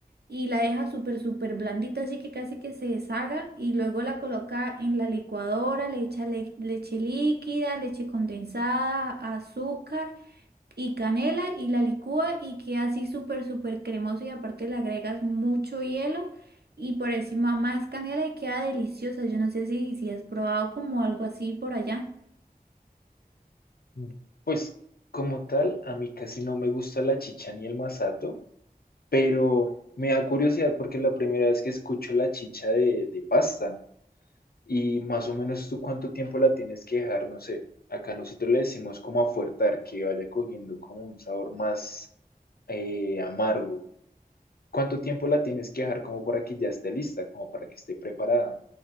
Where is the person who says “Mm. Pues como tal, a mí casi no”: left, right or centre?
Left